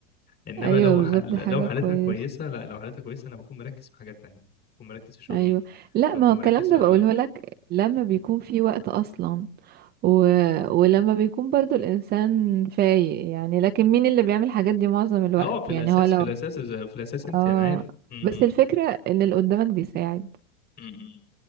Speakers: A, on the left; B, on the right.
A: انما
B: ايوه
A: لو
B: بالظبط
A: حل...
B: ده حاجه
A: لو حالتها
B: كويسه
A: كويسه لا لو حالتها كويسه انا بكون مركز في حاجات تانية بكون مركز في شغلي
B: ايوه لا
A: بكون
B: ما هو الكلام
A: مركز في
B: ده
A: اه
B: بقوله لك لما بيكون في وقت اصلا و... ولما بيكون برضو الانسان فايق يعني لكن مين اللي بيعمل الحاجات دي معظم الوقت
A: اه في الاساس
B: يعني هو لو
A: في الاساس إذا- في الاساس انت
B: اه
A: انا عارف م- م-
B: بس الفكره ان اللي قدامك بيساعد
A: م- م.